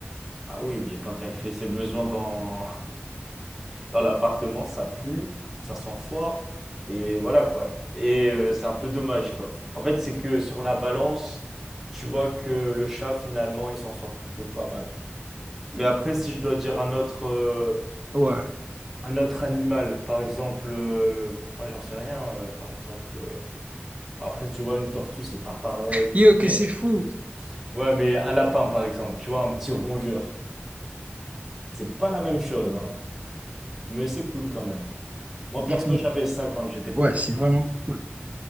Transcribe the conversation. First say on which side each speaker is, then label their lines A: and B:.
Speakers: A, in the centre; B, on the right (about 30°).
A: ah oui, mais quand elle fait ses besoins dans dans l'appartement, ça pue, ça sent fort, et voilà quoi. Et euh, c'est un peu dommage quoi. En fait, c'est que sur la balance, tu vois que le chat finalement, il s'en sort plutôt pas mal. Mais après, si je dois dire un autre, euh,
B: Ouais.
A: un autre animal, par exemple, euh, ouais, j'en sais rien, euh, par exemple, euh, bon, après, tu vois, une tortue, c'est pas pareil.
B: Yo, que
A: Mais-
B: c'est fou.
A: ouais, mais un lapin, par exemple, tu vois, un petit rongeur, c'est pas la même chose, hein. mais c'est cool quand même. Moi, perso,
B: Défini.
A: j'avais ça quand j'étais plus
B: Ouais,
A: petit.
B: c'est vraiment cool.